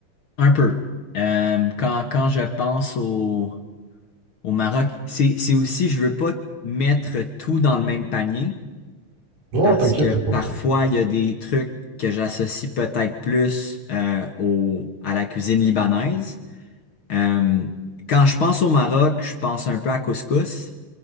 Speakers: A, on the left (about 50°); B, on the right (about 70°).
A: Un peu. Euh, quand, quand je pense au, au Maroc, c'est, c'est aussi, je veux pas mettre tout dans le même panier.
B: Non,
A: Parce
B: t'inquiète,
A: que
B: y a pas
A: parfois,
B: de souci.
A: il y a des trucs que j'associe peut-être plus euh, au, à la cuisine libanaise. Euh, quand je pense au Maroc, je pense un peu à couscous,